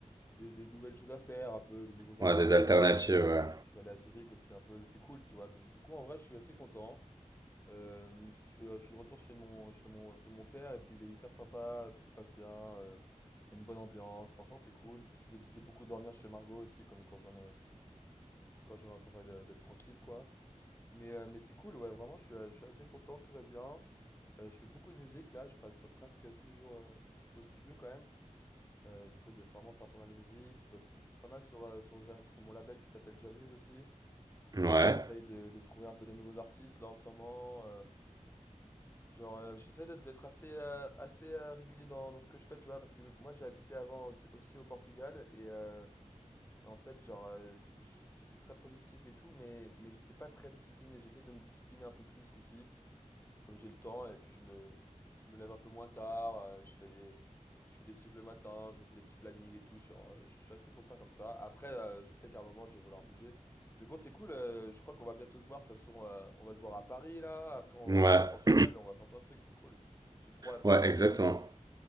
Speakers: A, on the left (about 20°); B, on the right (about 30°).
A: des- des nouvelles choses à faire, un peu des nouveaux endroits
B: Ouais, des
A: où aller.
B: alternatives, ouais.
A: Je vais aller à Zurich aussi un peu, mais c'est cool, tu vois. Donc, du coup, en vrai, je suis assez content. Euh, je suis, je suis de retour chez mon, chez mon, chez mon père et puis il est hyper sympa, tout se passe bien, euh, il y a une bonne ambiance, franchement c'est cool. Je vais, je vais beaucoup dormir chez Margot aussi, comme quand j'en ai, quand j'aurai quand j'aurai de- d'être tranquille quoi. Mais, euh, mais c'est cool, ouais, vraiment je suis, je suis assez content, tout va bien. Euh, je fais beaucoup de musique là, je passe presque tous les jours euh, au studio quand même. Euh, j'essaie de vraiment faire pas mal de musique, je bosse pou- pas mal sur, euh, sur, Jam- sur mon label qui s'appelle Jamuse aussi.
B: Ouais.
A: J'essaye de, de trouver un peu des nouveaux artistes là en ce moment. euh, Genre, euh, j'essaie d'être d'être assez, euh, assez euh, régulier dans, dans ce que je fais, tu vois, parce que moi j'ai habité avant aussi, aussi au Portugal et, euh, et en fait, genre, euh, j- j- j'étais très productif et tout, mais, mais j'étais pas très discipliné. J'essaie de me discipliner un peu plus ici comme j'ai le temps et puis je me, je me lève un peu moins tard, euh, je fais des, je fais des trucs le matin, je me fais des petits plannings et tout, genre, euh, je suis assez content comme ça. Après, euh, je sais qu'à un moment, je vais vouloir bouger. Mais bon, c'est cool, euh, je crois qu'on va bientôt se voir, de toute façon, euh, on va se voir à Paris là, après on
B: Ouais.
A: va se voir au Portugal, on va faire plein de trucs, c'est cool. J'ai trop hâte.
B: Ouais, exactement.